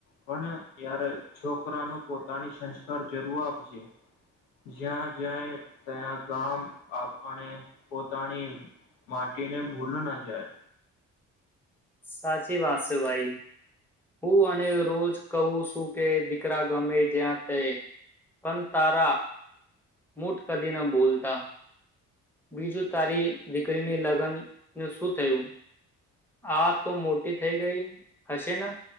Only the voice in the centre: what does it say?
સાચી વાત છે ભાઈ હું અને રોજ કહું છું કે દીકરા ગમે જ્યાં તે પણ તારા મટ કદી ના ભોલતા બીજું તારી દીકરીની લગ્ન ન શું થયું આ તો મોટી થઈ ગઈ હશે ને